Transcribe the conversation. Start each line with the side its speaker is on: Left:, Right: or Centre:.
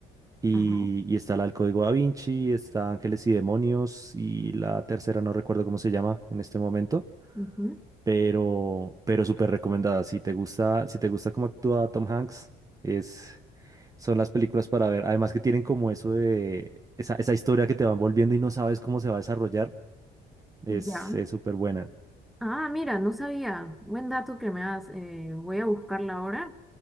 Right: Y,
Centre: Ajá.
Right: y está la del Código Da Vinci, está Ángeles y Demonios y la tercera no recuerdo cómo se llama en este momento.
Centre: ujú,
Right: pero, pero súper recomendada. Si te gusta, si te gusta cómo actúa Tom Hanks, es, son las películas para ver. Además que tienen como eso de esa, esa historia que te van volviendo y no sabes cómo se va a desarrollar, es,
Centre: Ya.
Right: es súper buena.
Centre: Ah, mira, no sabía. Buen dato que me das. eh, voy a buscarla ahora